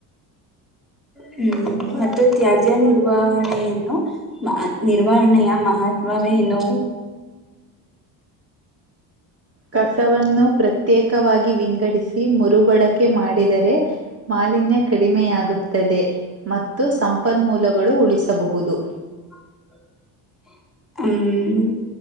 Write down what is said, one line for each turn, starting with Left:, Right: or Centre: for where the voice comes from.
Centre: ಹ್ಮ್ ಮತ್ತು ತ್ಯಾಜ್ಯ ನಿರ್ವಹಣೆಯನ್ನು ನಿರ್ವಹಣೆಯ ಮಹತ್ ಮತ್ವಾವನು
Right: ಕಸವನ್ನು ಪ್ರತ್ಯೇಕವಾಗಿ ವಿಂಗಡಿಸಿ ಮುರುಬಳಕೆ ಮಾಡಿದರೆ ಮಾಲಿನ್ಯ ಕಡಿಮೆಯಾಗುತ್ತದೆ ಮತ್ತು ಸಂಪನ್ಮೂಲಗಳು ಉಳಿಸಬಹುದು
Centre: ಹ್ಮ <unintelligible> ಹ್ಮ್